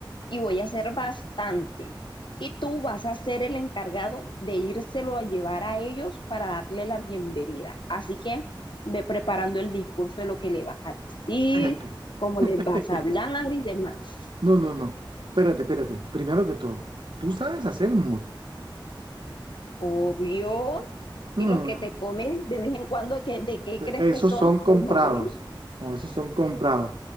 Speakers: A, on the left; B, on the right.
A: y voy a hacer bastante. Y tú vas a ser el encargado de írselo a llevar a ellos para darle la bienvenida. Así que ve preparando el discurso de lo que le vas a decir,
B: Espérate.
A: cómo
B: <laughs>
A: les vas a hablar y demás.
B: No, no, no. Espérate, espérate. Primero que todo, tú sabes hacer muro.
A: Obvio.
B: Mm,
A: Y los que te comes de vez en cuando, ¿qué- ¿de qué crees
B: esos
A: que son?
B: son comprados.
A: O más bien,
B: No, esos son comprados.